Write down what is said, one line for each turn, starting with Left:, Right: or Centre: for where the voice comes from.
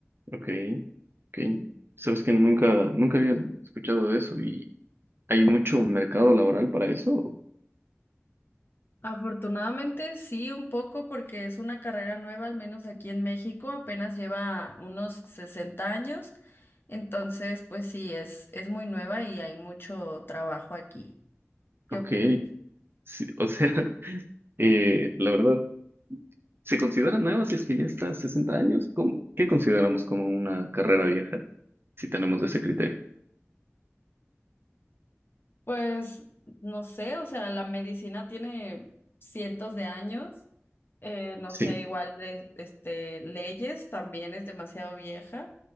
Right: Ok, ok. Sabes que nunca, nunca había escuchado de eso y ¿hay mucho mercado laboral para eso?
Left: Afortunadamente sí, un poco porque es una carrera nueva, al menos aquí en México, apenas lleva unos 60 años, entonces pues sí, es, es muy nueva y hay mucho trabajo aquí. ¿Qué
Right: Ok,
Left: opinas?
Right: sí, o sea, <laughs> eh, la verdad. ¿Se considera nueva si es que ya está a 60 años? ¿Cómo- qué consideramos como una carrera vieja? Si tenemos ese criterio.
Left: Pues no sé, o sea, la medicina tiene cientos de años, eh, no
Right: Sí.
Left: sé, igual de, este, leyes también es demasiado vieja.